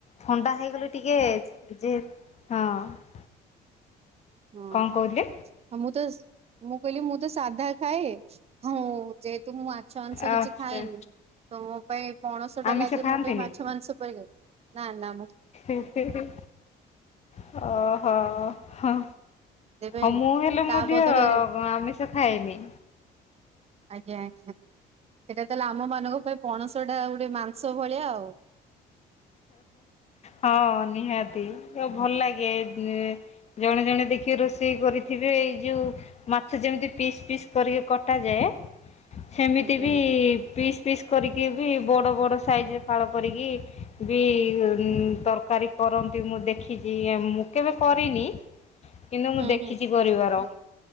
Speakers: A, on the left; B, on the right.
A: ଥଣ୍ଡା ହେଇଗଲେ ଟିକେ ଯେ ଯେହେତ୍ ହଁ।
B: ହଁ
A: କଣ କହିଲେ
B: ମୁଁ ତ ମୁଁ କହିଲି ମୁଁ ତ ସାଧା ଖାଏ ହୋଉ। ଯେହେତୁ ମୁଁ ମାଛ ମାଂସ
A: ଆଚ୍ଛା
B: କିଛି ଖାଏନି ତ ମୋ ପାଇଁ ପଣସ ଟା
A: ଆମିଷ
B: ଲାଗେ
A: ଖାଆନ୍ତିନି?
B: ମୋ ପାଇଁ ମାଛ ମାଂସ ପରିକା। ନାଁ ନାଁ
A: ଏ ହେଁ ହେଁ ହେଁ ହେଁ ଓହୋ ହଁ।
B: ତେବେ
A: ହଁ ମୁଁ ହେଲେ
B: ତା
A: ମଧ୍ୟ
B: ବଦଳରେ
A: ଆମିଷ ଖାଏନି।
B: ଆଜ୍ଞା ଆଜ୍ଞା। ସେଇଟା ତାହେଲେ ଆମ ମାନଙ୍କ ପାଇଁ ପଣସ ଟା ଗୋଟେ ମାଂସ ଭଳିଆ ଆଉ।
A: ହଁ ନିହାତି ଆଉ ଭଲ ଲାଗେ ନି ଜଣେ ଜଣେ ଦେଖବ ରୋଷେଇ କରିଥିବେ ଏଇ ଯୋଉ ମାଛ ଯେମିତି ପିସ୍ ପିସ୍ କରିକି କଟା ଯାଏ। ସେମିତି
B: ଆଜ୍ଞା
A: ବି
B: ଆଜ୍ଞା
A: ପିସ୍ ପିସ୍ କରିକି ବି ବଡ ବଡ ସାଇଜ ଫାଳ କରିକି ବି ତରକାରୀ କରନ୍ତି ମୁଁ ଦେଖିଚି ମୁଁ କେବେ କରିନି। କିନ୍ତୁ ମୁଁ
B: ହୁଁ
A: ଦେଖିଚି
B: ହୁଁ
A: କରିବାର